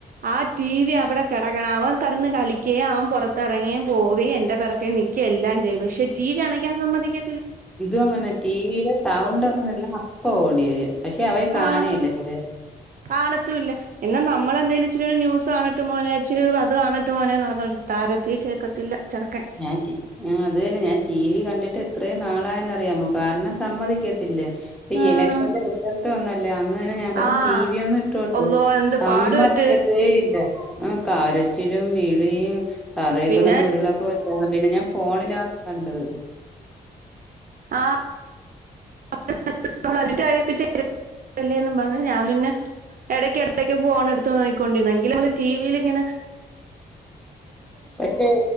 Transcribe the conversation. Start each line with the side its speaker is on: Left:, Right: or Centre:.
Right: ആ ടി വി അവടെ കെടക്കണ അവൻ കെടന്ന് കളിക്ക ക്കേ അവൻ പൊറത്തിറങ്ങയും പോവെയും എന്റെ പെറക്കെ നിക്കയും എല്ലാം ചെയ്യും പക്ഷെ ടി വി കണയ്ക്കാൻ സമ്മതിക്ക
Centre: ഇതു അങ്ങനെ ടീവിലെ സൗ ണ്ടൊന്നു നിന്നാ അപ്പോ ഓടിയെ വരും <unintelligible> അവര് കാണേല്ല
Right: ആ
Centre: <unintelligible>
Right: കാണത്തുല്ല എന്നാ നമ്മളെന്തേലും ഇച്ചിരിയൊര് ന്യൂസ് കാണട്ടെ മോനെ ഇച്ചിരി അത് കാണട്ടെ മോനേന്ന് പറഞ്ഞാട്ട് തരത്തി കേക്കത്തില്ല ചെറുക്കൻ
Centre: ഞാൻ ടി ആഹ് അത് തന്നെ ഞാൻ ടീവി കണ്ടിട്ട് എത്രേ നാളായെന്നറിയാമോ കാരണം സമ്മതിക്കത്തില്ല. ഈ
Right: ആഹ്
Centre: ഇലക്ഷന്റെ റിസൾട്ട് വന്നല്ലാ അന്നേരം ഞാൻ പറഞ്ഞു
Right: ആഹ്
Centre: ടീവിയൊന്നിട്ടോട്ടെ
Right: അള്ളോ എന്ത്
Centre: സമ്മതിക്കത്തേയില്ല
Right: പാടു പെട്ട്
Centre: ആഹ് കരച്ചിലും വിളിയും തറേക്കിടന്ന്
Right: പിന്നെ
Centre: ഉരുളൊക്കൊ ഉര് ഓ പിന്നെ ഞാൻ ഫോണിലാ കണ്ടത്
Right: ആഹ് <unintelligible> കരിയിപ്പിച്ച് <unintelligible> എല്ലേന്നും പറ്ഞ്ഞ് ഞാൻ പിന്നെ എടക്ക് എടക്ക് ഫോണെടുത്തു നോക്കിക്കോണ്ടിര്ന്ന് എങ്കിലും ഞമ്മള് ടീവില്ങ്ങനെ
Centre: പക്ഷേ